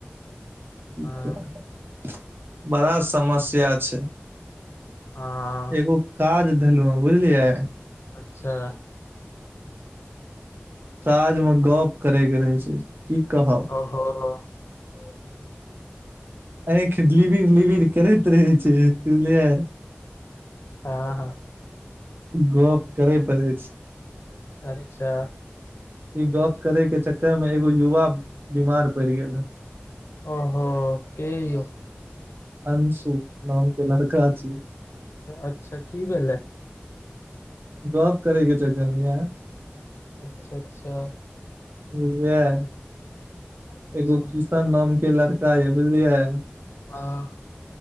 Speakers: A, on the right; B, on the left.
A: ठीक
B: हँ
A: छैय बड़ा समस्या छैय।
B: हँ
A: एगो काज धलहुँ हेँ बुझलियै।
B: अच्छा।
A: काज मे गप्प करे के रहै छैय की कहब
B: हँ। <unintelligible>
A: आँखि लिबिर लिबिर करैत रहे छैय बुझलियै।
B: हाँ हाँ।
A: गप करे पड़े छै
B: अच्छा।
A: ई गप्प करे के चक्कर में एगो युवा बीमार पड़ गेल हेँ।
B: हो, केँ यौ।
A: अंशु, नामके लड़का छै।
B: अच्छा, की भेला।
A: गप्प करैके चक्करमे या,
B: अच्छा -अच्छा,
A: <unintelligible>
B: अच्छा
A: एगो किशन नाम के लड़का यै, बुझलियै,
B: हां,